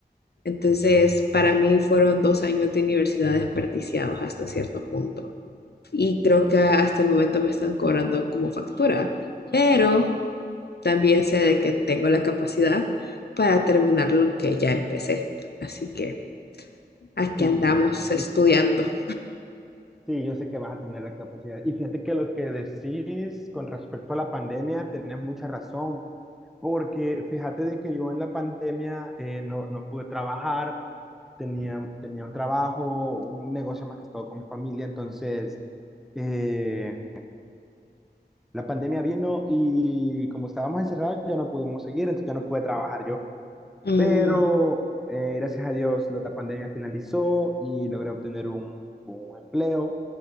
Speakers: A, on the left; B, in the centre.
A: Entonces, para mí fueron dos años de universidad desperdiciados hasta cierto punto. Y creo que hasta el momento me están cobrando como factura, pero también sé de que tengo la capacidad para terminar lo que ya empecé. Así que aquí
B: Sí,
A: andamos estudiando.
B: yo, s- sí, yo sé que vas a tener la capacidad. Y fíjate que lo que decís con respecto a la pandemia, tenés mucha razón. Porque fíjate de que yo en la pandemia eh, no, no pude trabajar, tenía, tenía un trabajo, un negocio más que todo con mi familia, entonces eh, la pandemia vino y como estábamos encerrados ya no pudimos seguir, entonces ya no pude trabajar yo.
A: Mm,
B: Pero eh, gracias a Dios la pandemia finalizó y logré obtener un, un empleo